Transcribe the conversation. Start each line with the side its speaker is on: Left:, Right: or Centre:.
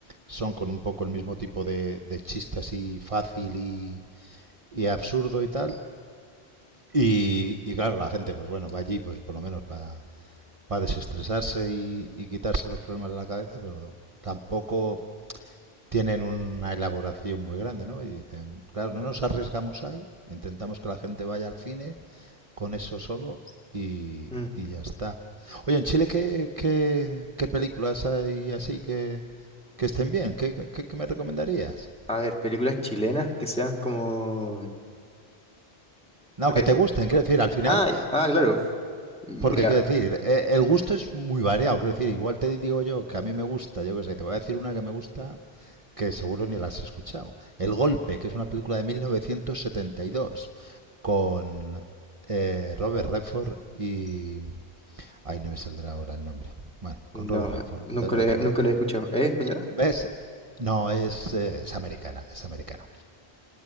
Right: son con un poco el mismo tipo de, de chiste así fácil y, y absurdo y tal. Y, y, claro, la gente pues bueno, va allí pues por lo menos para, para desestresarse y, y quitarse los problemas de la cabeza, pero tampoco tienen una elaboración muy grande, ¿no? Y dicen, claro, no nos arriesgamos ahí, intentamos que la gente vaya al cine con eso solo y,
Centre: mm.
Right: y ya está. Oye, en Chile, ¿qué, qué, qué películas hay así que, que estén bien? ¿Qué, qué, qué me recomendarías?
Centre: A ver, películas chilenas que sean como.
Right: No,
Centre: A
Right: que
Centre: ver,
Right: te
Centre: mira.
Right: gusten, quiero decir, al final,
Centre: Ah, ah, claro. Mira,
Right: porque quiero decir, eh, el gusto es muy variado, quiero decir, igual te digo yo que a mí me gusta, yo qué sé, te voy a decir una que me gusta que seguro ni la has escuchado. El Golpe, que es una película de 1972 con eh, Robert Redford y... Ay, no me saldrá ahora el nombre. Bueno, con
Centre: no,
Right: Robert Redford.
Centre: nunca
Right: El
Centre: le,
Right: otro...
Centre: nunca lo he escuchado. ¿Es española?
Right: ¿Ves? No, es, eh, es americana, es americana.